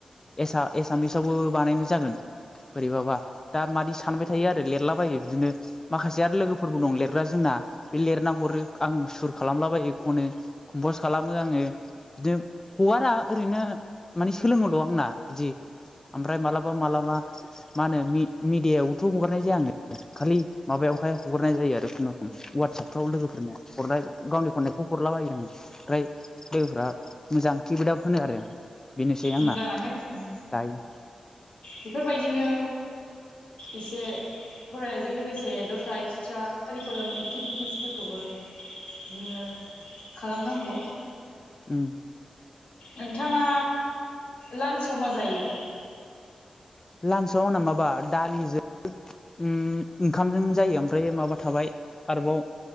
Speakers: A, on the left (about 25°); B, on the left (about 70°).
A: एसा एसामिसावबो बानायनाय जागोन बोरैबाबा दा मादि सानबाय थायो आरो लिरलाबायो बिदिनो माखासे आरो लोगोफोरबो दं लिरग्रा जोंना बे लिरना हरो आं सुर खालामलाबाय एखौनो कमपस खालामो आङो बिदिनो हगारा ओरैनो मानि सोलोङोल' आंना बिदि ओमफ्राय मालाबा मालाबा मा होनो मिडियायाव हगारनाय जाया आङो खालि माबायावहाय हगारनाय जायो आरो खुनुरुखुम वाट्सपफ्राव लोगोफोरनो हरनाय गावनि खननायखौ हरलाबायो आङो ओमफ्राय लोगोफ्रा मोजां किप आप होनो आरो आ बेनोसै आंना
B: मोजाङानो उम
A: दायो
B: बेफोरबायदिनो एसे फरायनायजों लोगोसे दस्रा एक्सट्रा कारिकुलाम एक्टिभिटिसफोरखौबो बिदिनो खालामनांगौ
A: ओम
B: नोंथाङा लानसआव मा जायो
A: लानसआव आंना माबा दालिजों ओम ओंखामजों जायो ओमफ्राय माबा थाबाय आरोबाव